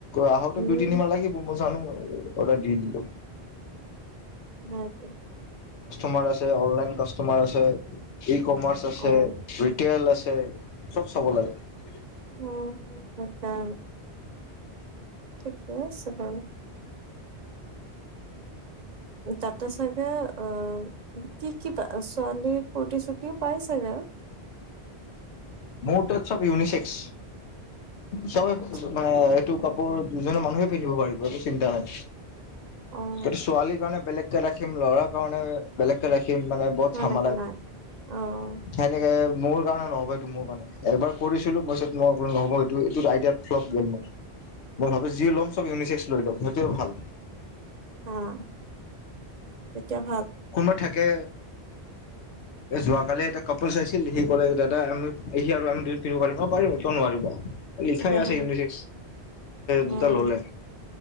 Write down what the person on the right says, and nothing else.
উম
নাই পোৱা।
অ
উম মজা। ঠিকে আছে বাৰু। ত আতা চাগ অ কি কি প ছোৱালী ৰুটি চুটি পাইছে। হ <unintelligible>
আচ্ছা
অ'
সেনেকে
নাই। অ'
অঁ।
<unintelligible>
উম।
উম,